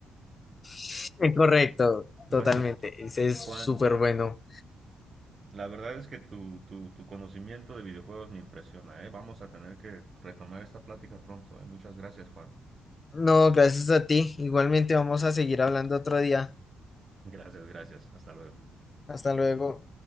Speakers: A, on the left; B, on the right.
A: <laughs> Correcto,
B: Bueno,
A: totalmente. Ese es
B: Juan.
A: súper bueno.
B: La verdad es que tu, tu, tu conocimiento de videojuegos me impresiona, ¿eh? Vamos a tener que retomar esta plática pronto, ¿eh? Muchas gracias, Juan.
A: No, gracias a ti. Igualmente vamos a seguir hablando otro día.
B: Gracias, gracias. Hasta luego.
A: Hasta luego.